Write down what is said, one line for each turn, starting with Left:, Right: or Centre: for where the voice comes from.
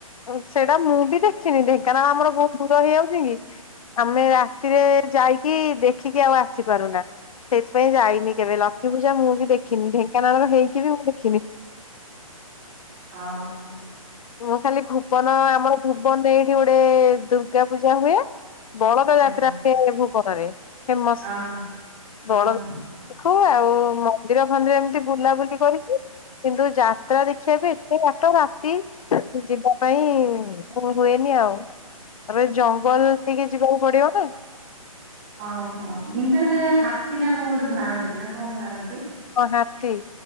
Left: ସେଇଟା ମୁଁ ବି ଦେଖିନି ଢେିକଣ ଆମର ବହୁତ ଦୂର ହେଇଯାଉଛି। ଆମେ ରାତିରେ ଯାଇକି ଦେଖିକି ଆଉ ଆସିପାରୁନା। ସେଥିପାଇଁ ଯାଇନି କେବେ ଲକ୍ଷ୍ମୀ ପୂଜା ମୁଁ ବି ଦେଖିନି ଢେଙ୍କାନାଳ ହେଇକି ବି ମୁଁ ଦେଖିନି।
Right: ହଁ ହଁ
Left: ମୁଁ ଖାଲି ଭୁବନ ଆମର ଭୁବନରେ ଏଇଠି ଗୋଟେ ଦୁର୍ଗା ପୂଜା ହୁଏ। ବଳଦ
Right: ଆଜ୍ଞା
Left: ଯାତ୍ରା ହୁଏ ଭୁବନରେ। ଫେମସ୍
Right: ଓହୋ
Left: ବଳଦ
Right: ଓହୋ।
Left: ଦେଖ ଆଉ ମନ୍ଦିର ରେ ଏମିତି ବୁଲାବୁଲି କରିକି କିନ୍ତୁ ଯାତ୍ରା ଦେ ଖି ବି ଏତେ କାଟ ରାତି ଯିବା ପାଇଁ କଣ ହୁଏନି ଆଉ। ଏବେ ଜଙ୍ଗଲ ଟିକେ ଯିବାକୁ ପଡିବ ନା।
Right: ଓହୋ ଢେଙ୍କାନାଳ ହାତୀ ନା କଣ ଗୋଟେ ବାହାରନ୍ତି ନା କଣ ବାହାରନ୍ତି?
Left: ହଁ ହାତୀ